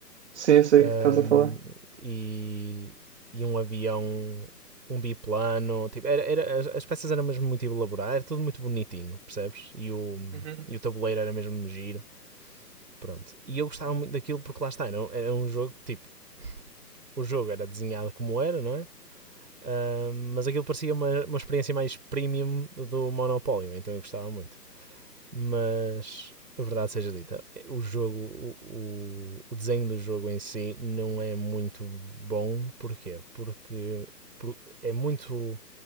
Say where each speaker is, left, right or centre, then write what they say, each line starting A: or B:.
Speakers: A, on the right; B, on the right.
A: sim, eu sei
B: Ahm,
A: o que estás a falar.
B: e, e um avião, um biplano. Tipo, era, era- as, peças eram mesmo muito elaboradas. Era tudo muito bonitinho, percebes? E o,
A: Uhum.
B: e o tabuleiro era mesmo giro. Pronto. E eu gostava muito daquilo porque lá está. Era, um- era um jogo que tipo. O jogo era desenhado como era, não é? Ah, mas aquilo parecia uma, uma experiência mais premium do Monopólio, então eu gostava muito. Mas a verdade seja dita, o jogo, o, o, desenho do jogo em si não é muito bom. Porquê? Porque por- é muito,